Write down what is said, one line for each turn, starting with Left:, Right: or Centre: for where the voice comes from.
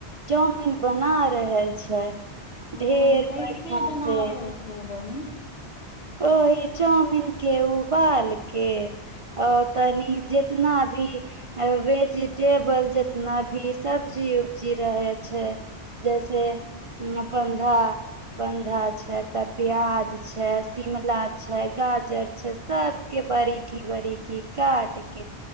Right: चाउमिन बना रहल छै। ढेर
Left: ओ कैसे
Right: बढ़िया
Left: बनाबे
Right: से
Left: छै बहिन।
Right: ओहि चाउमिन के उबाल के आ तनि जितना भी वेजिटेबल जितना भी सब्जी उ उ जी रहै छै जैसे। मै बंधा बं धा छै तऽ पिया ज छै। शिमला छै गाजर छै सभके बड़ीकी बड़ीकी काट क